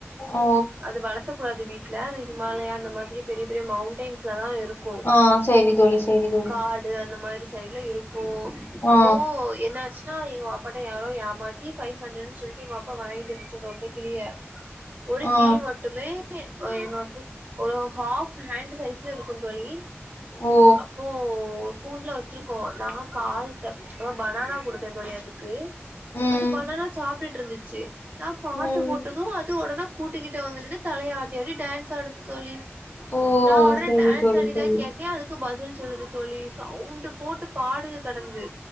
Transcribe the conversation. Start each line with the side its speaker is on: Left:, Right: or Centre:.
Left: ஓ!
Right: அது வளத்த கூடாது வீ ட்ல அது ஹிமாலயா அந்த மாதிரி பெரிய பெரிய மவுன்டைன்ஸ்ல தா இரு க்கு
Left: ஆ சரி தோழி, சரி தோழி.
Right: காடு அந்த மாரி சைட்ல இருக்கு அப்போ
Left: ஆ,
Right: என்னாச்ன்னா எங்க வாப்பாட்ட யாரோ ஏமாத்தி ஃபைவ் ஹண்ட்ரட்னு சொல் என்க அப்பா வாங்கிட்டு இருந்துச்சு அந்த ஒத்த கிளிய ஒரு
Left: ஆ.
Right: கிளி மட் டுமே என்னோடது ஒரு ஆஃப் ஹேண்ட் சைஸ்கு இருக்கும் தோழி
Left: ஓ!
Right: அப்போ கூண்டுல வச்சிருக்கோ நான் கால்ட பனானா குடுத்தே தோழி அதுக்கு
Left: ம்,
Right: அது பனானா சாப்டுட்டு இருந்துச்சு நான் பாட்டு
Left: ம்.
Right: போட்டதும் அது ஒடனே கூட்டுக்கிட்ட வந்து நின்னு தலய ஆட்டி ஆட்டி டேன்ஸ் ஆடுது தோழி
Left: ஓ!
Right: நான் ஒடனே
Left: சரி
Right: டேன்ஸ்
Left: தோழி,
Right: ஆடிதா
Left: சரி.
Right: கேக்கே அது க்கு பதில் சொல்லுது தோழி சவுண்ட்டு போட்டு பாடுது கெடந்து